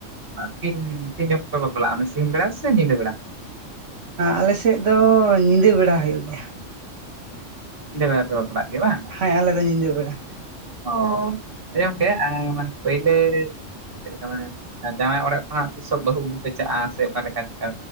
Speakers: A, on the right; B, on the right.
A: ᱛᱤᱱ ᱛᱤᱱ ᱡᱚᱠᱷᱚᱱ ᱠᱚ ᱵᱟᱯᱞᱟᱜᱼᱟ ᱥᱤᱧ ᱵᱮᱲᱟ ᱥᱮ ᱧᱤᱫᱟᱹ ᱵᱮᱲᱟ?
B: ᱟᱞᱮ ᱥᱮᱫ ᱫᱚ ᱧᱤᱫᱟᱹ ᱵᱮᱲᱟ ᱦᱩᱭᱩᱜ ᱜᱮᱭᱟ᱾
A: ᱧᱤᱫᱟᱹ ᱵᱮᱲᱟ ᱯᱮ ᱵᱟᱯᱞᱟᱜ ᱜᱮ ᱵᱟᱝ?
B: ᱦᱮᱸ ᱟᱞᱮ ᱫᱚ ᱧᱤᱫᱟᱹ ᱵᱮᱲᱟ
A: ᱚᱸ <unintelligible> ᱯᱟᱹᱭᱞᱟᱹ ᱪᱮᱫ ᱞᱮᱠᱟ ᱢᱟᱱᱮ ᱡᱟᱶᱟᱭ ᱚᱲᱟᱜ ᱠᱷᱚᱱᱟᱜ ᱛᱤᱥᱚᱜ ᱵᱟᱹᱦᱩ ᱵᱟᱹᱦᱩ ᱯᱮ ᱪᱟᱜᱼᱟ ᱥᱮ ᱚᱠᱟ ᱞᱮᱠᱟ ᱪᱮᱠᱟ?